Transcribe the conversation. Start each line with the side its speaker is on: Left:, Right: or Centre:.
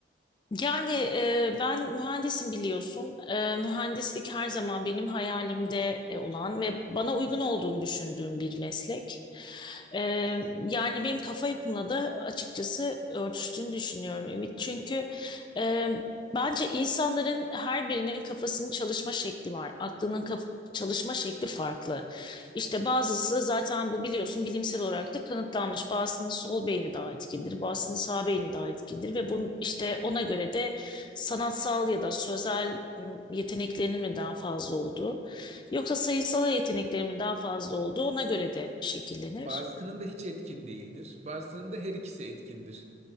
Left: yani e, ben mühendisim biliyorsun. E, mühendislik her zaman benim hayalimde e, olan ve bana uygun olduğunu düşündüğüm bir meslek. E, yani benim kafa yapımla da açıkçası örtüştüğünü düşünüyorum Ümit. Çünkü e, bence insanların her birinin kafasının çalışma şekli var. Aklının kaf- çalışma şekli farklı. İşte bazısı zaten bu biliyorsun bilimsel olarak da kanıtlanmış. Bazısının sol beyni daha etkindir, bazısının sağ beyni daha etkindir ve bunun işte ona göre de sanatsal ya da sözel ım, yeteneklerinin mi daha fazla olduğu yoksa sayısal yeteneklerinin mi daha fazla olduğu ona göre de şekillenir.
Right: Bazısının da hiç etkin değildir. Bazısının da her ikisi etkindir.